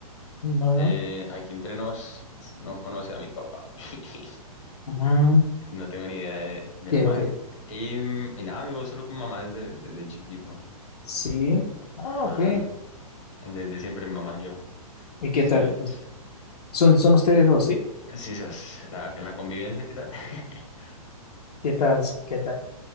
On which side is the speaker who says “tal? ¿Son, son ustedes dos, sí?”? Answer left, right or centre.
Left